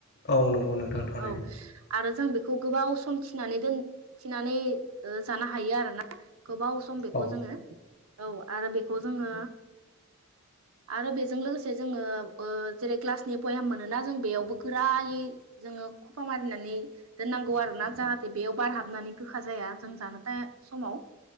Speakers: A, on the left; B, on the right.
A: औ नंगौ नोंथां थारैनो
B: औ आरो जों बेखौ गोबाव सम थिनानै दोन थिनानै ओ जानो हायो आरो ना गोबाव बेखौ
A: औ
B: जोङो औ आरो बेखौ जोङो आरो बेजों लोगो से जोङो ओ जेरै ग्लासनि बयाम मोनोना जों बेयावबो गोरायै जोङो खफा मारिनानै दोननांगौ आरो ना जाहाथे बेयाव बारहाबनानै गोखा जाया जों जानो था समाव